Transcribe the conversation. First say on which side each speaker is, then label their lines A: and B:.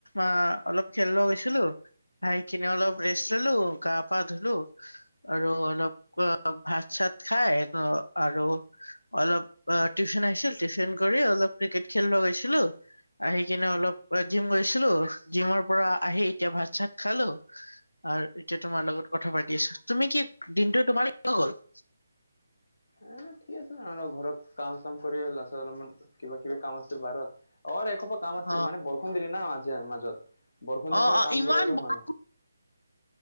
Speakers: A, on the left (about 85°); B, on the left (about 65°).
A: আ অলপ খেলোৱা গৈছিলোঁ খাই কিনে অলপ ৰেষ্ট ললো, গা-পা ধুলো। আৰু অলপ ভাত চাত খাই, এটো আৰু, অলপ অ টিউশ্যন আহিছিল, টিউশ্যন কৰি অলপ ক্ৰিকেট খেলিব গৈছিলোঁ, আহি কিনে অলপ জিম গৈছিলো, জিমৰ পৰা আহি এতিয়া ভাত চাত খালোঁ। আৰ এতিয়া তোমাৰ লগত কথা পাতি আছো। তুমি কি দিনটো তোমাৰ <unintelligible> গ'ল
B: উম ঠিক আছে ঘৰত কাম চাম কৰি লৰা ছোৱ <unintelligible> অলপমান কিবা কিবি কাম আছে বাৰত অ এসোপা কাম আছিল,
A: অ
B: মানে বৰষুণ দিলি ন আজিৰ মাজত, বৰষুণ
A: অ
B: দিয়া কাৰনে
A: অ
B: কাম
A: ইমান
B: বিলাকে
A: বৰ
B: হোৱা নাই।